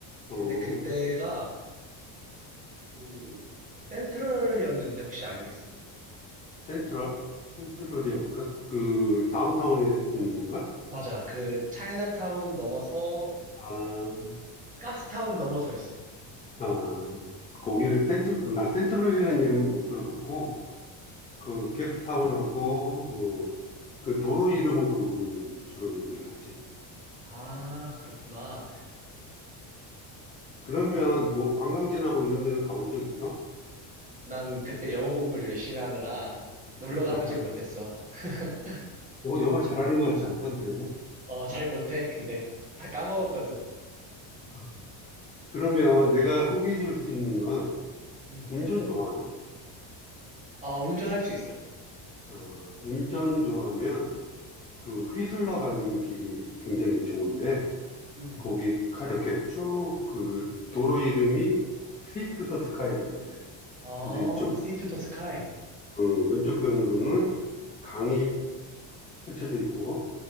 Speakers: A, on the left; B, on the right.
A: 어,
B: 근데 그때가 그 센트럴이었는데 혹시 알고 있어?
A: 센트럴? 센트럴이 어딜까? 그, 다운타운에 있는 건가?
B: 맞아. 그 차이나타운 넘어서
A: 아,
B: 가스타운 넘어서였어.
A: 아, 거기를 센트, 나 센트럴이라는 이름은 못 들어봤고, 그,
B: 음.
A: 게스트타운하고, 뭐, 그 도로 이름으로 우리는 주로 얘기를 하지.
B: 아, 그렇구나.
A: 그러면, 뭐, 관광지나 뭐 이런 데는 가본 적 있어?
B: 난 그때 영어 공부를 열심히 하느라 놀러
A: <laughs>
B: 가보질 못했어. <laughs>
A: 요거, 요거 잘하는 것 같지 않던데.
B: 어, 잘 못해, 근데. 다 까먹었거든.
A: 어. 그러면 내가 소개해 줄 수 있는 건
B: 음.
A: 운전 좋아하나?
B: 아, 운전할 수 있어.
A: 아, 운전 좋아하면 그 휘슬러 가는 길이 굉장히 좋은데
B: 음.
A: 거기 가- 이렇게 쭉 그 도로 이름이 Sea to the Sky라 그래.
B: 아,
A: 근데 이쪽
B: Sea to the Sky.
A: 어, 왼쪽 편으로는 강이 펼쳐져 있고